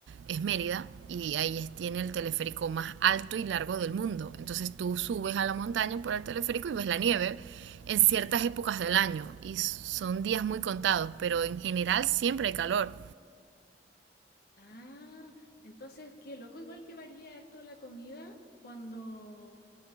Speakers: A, on the right; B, on the left.
A: es Mérida y ahí es- tiene el teleférico más alto y largo del mundo. Entonces tú subes a la montaña por el teleférico y ves la nieve en ciertas épocas del año y son días muy contados, pero en general siempre hay calor.
B: Ah, entonces, qué loco, igual que varía harto la comida cuando